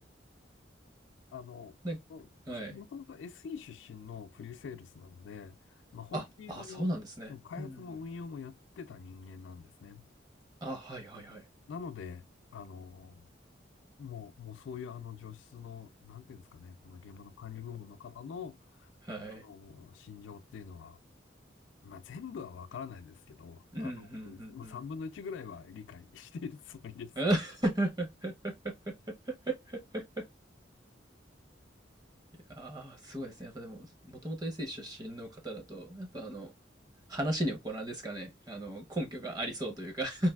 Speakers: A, on the left (about 80°); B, on the right (about 20°).
A: あの、
B: なんはい。
A: まあ私もともと SE 出身のプリセールスなので、まあ、本当にあの、
B: あ、あ、そうなんですね。
A: もう開発も運用もやってた人間なんですね。
B: うんあ、はいはいはい。
A: なので、あの、もう、もうそういうあの上質の、なんていうんですかね、あの現場の管理部門の方の、
B: はい。
A: あの、心情っていうのは、まあ、全部はわからないですけど、
B: うん、
A: あ
B: うんふんふん。
A: の、3分の1ぐらいは理解しているつもりです。
B: <laughs> ああ、すごいですね。やっぱでも、もともと SE 出身の方だと、やっぱあの、話にはこうなんですかね。あの、根拠がありそうというか <laughs>